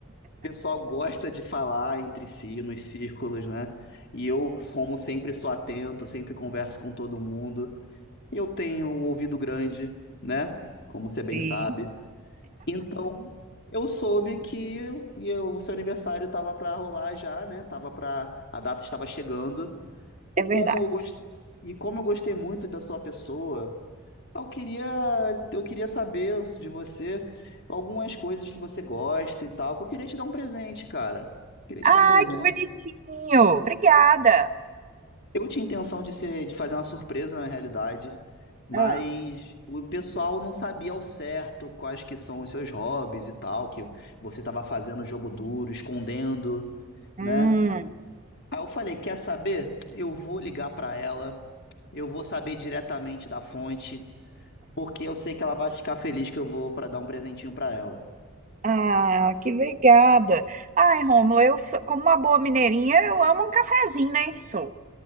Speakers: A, on the left (about 50°); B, on the right (about 35°).
A: O pessoal gosta de falar entre si nos círculos, né? E eu, como sempre, sou atento, sempre converso com todo mundo. Eu tenho um ouvido grande, né? Como você bem
B: Sim,
A: sabe. Então, eu soube que ia- o seu aniversário estava para rolar já, né? Tava para a data estava chegando.
B: É
A: E como
B: verdade.
A: eu gos- e como eu gostei muito da sua pessoa, eu queria eu queria saber de você algumas coisas que você gosta e tal, que eu queria te dar um presente, cara. Queria te
B: Ai,
A: dar um presente.
B: que bonitinho! Obrigada.
A: Eu tinha intenção de ser, de fazer uma surpresa na realidade, mas
B: Ah,
A: o pessoal não sabia ao certo quais que são os seus hobbies e tal, que você estava fazendo jogo duro, escondendo,
B: Hum,
A: né? Aí eu falei, quer saber? Eu vou ligar para ela, eu vou saber diretamente da fonte, porque eu sei que ela vai ficar feliz que eu vou para dar um presentinho para ela.
B: ah, que obrigada. Ai, Rômulo, eu sou, como uma boa mineirinha, eu amo um cafezinho, né? Sou.